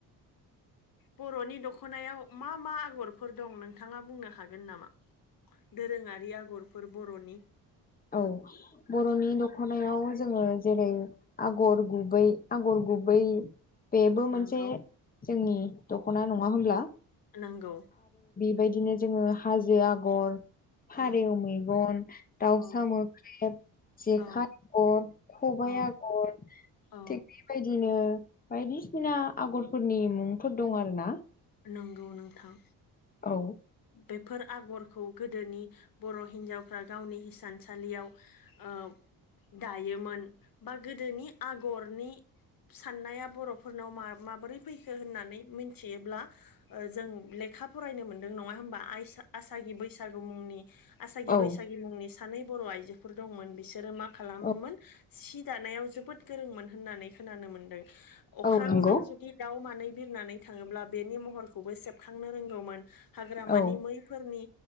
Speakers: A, on the left; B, on the left.
A: बर'नि दख'नायाव मा मा आगरफोर दं नोंथाङा बुंनो हागोन नामा दोरोङारि आगरफोर बर'नि
B: औ बर'नि दख'नायाव जोङो जेरै आगर गुबै आगर गुबै बेबो
A: नंगौ
B: मोनसे जोंनि दख'ना नङा होनोमब्ला
A: नोंगौ
B: बेबायदिनो जोङो हाजो आगर फारेव
A: औ
B: मेगन दाउसा
A: औ
B: मोख्रेब जेखाय
A: औ
B: आगर खबाइ
A: औ
B: आगर
A: औ
B: थिग बेबायदिनो बायदिसिना आगरफोरनि मुंफोर दं आरो ना
A: नोंगौ नोंथां
B: औ
A: बेफोर आगरखौ गोदोनि बर' हिन्जावफ्रा गावनि हिसानसालियाव ओ दायोमोन बा गोदोनि आगरनि साननाया बर'फोरनाव मा माबोरै फैखो होननानै मिथियोब्ला जों लेखा फरायनो मोनदों नङा होमबा आइस आसागि बैसागु मुंनि आसागि
B: औ
A: बैसागि मुंनि सानै बर' आइजोफोर दंमोन बिसोरो मा खालामोमोन
B: औ
A: सि दानायाव जोबोद गोरोंमोन होननानै खोनानो मोन्दों अख्रांजों
B: औ नंगौ
A: जुदि दाउ मानै बिरनानै थाङोब्ला बेनि महरखौबो सेबखांनो रोंगौमोन हाग्रामानि
B: औ
A: मैफोरनि